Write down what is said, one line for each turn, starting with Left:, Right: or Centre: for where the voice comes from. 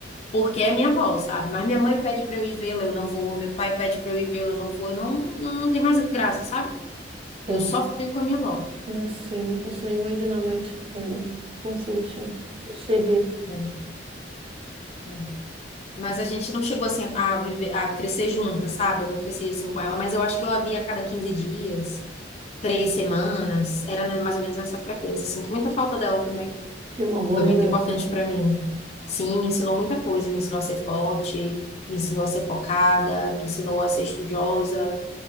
Left: porque é minha avó, sabe? Mas minha mãe pede para eu ir vê-la, eu não vou. Meu pai pede para eu ir vê-la, eu não vou. Eu não, não, não tem mais graça, sabe?
Right: Eu,
Left: Eu só fico com a minha avó.
Right: eu sei, não posso nem imaginar, mas eu consigo sim perceber.
Left: É, é, é. Mas a gente não chegou assim a viver, a crescer junta, sabe? Eu não cresci assim com ela, mas eu acho que eu a via a cada 15 dias, três semanas, era né, mais ou menos nessa frequência. Sinto muita falta dela também.
Right: Tem uma boa
Left: Foi
Right: lembrança,
Left: muito importante
Right: né?
Left: pra mim. Sim, me ensinou muita coisa, me ensinou a ser forte, me ensinou a ser focada, me ensinou a ser estudiosa,